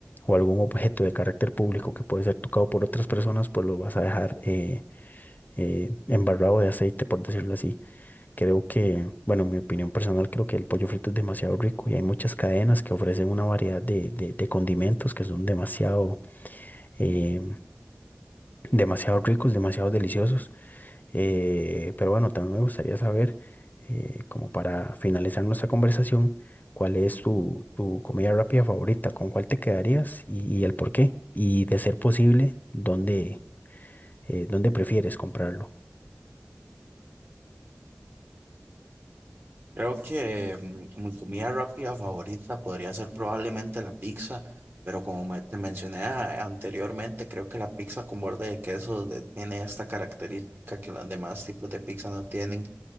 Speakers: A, on the left; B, on the right.
A: o algún objeto de carácter público que puede ser tocado por otras personas, pues lo vas a dejar eh, eh, embarrado de aceite, por decirlo así. Creo que, bueno, mi opinión personal, creo que el pollo frito es demasiado rico y hay muchas cadenas que ofrecen una variedad de, de- de condimentos que son demasiado, eh, demasiado ricos, demasiado deliciosos. Eh, pero bueno, también me gustaría saber, eh, como para finalizar nuestra conversación, cuál es tu, tu comida rápida favorita, con cuál te quedarías y, y el por qué. Y de ser posible, dónde, eh, dónde prefieres comprarlo.
B: Creo que mm, mi comida rápida favorita podría ser probablemente la pizza, pero como me- te mencioné a- anteriormente, creo que la pizza con borde de queso de- tiene esta característica que los demás tipos de pizza no tienen,